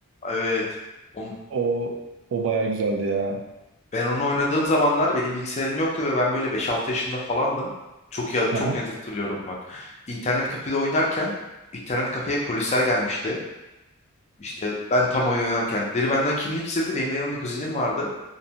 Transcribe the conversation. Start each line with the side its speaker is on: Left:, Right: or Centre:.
Left: Evet. On,
Right: O o baya güzeldi ya.
Left: ben onu oynadığım zamanlar benim bilgisayarım yoktu ve ben böyle beş altı yaşında falandım. Çok iyi,
Right: Aha.
Left: çok net hatırlıyorum bak. İnternet kafede oynarken internet kafeye polisler gelmişti. İşte ben tam oyun oynarken deri benden kimlik istedi. Benim de yanımda kuzenim vardı.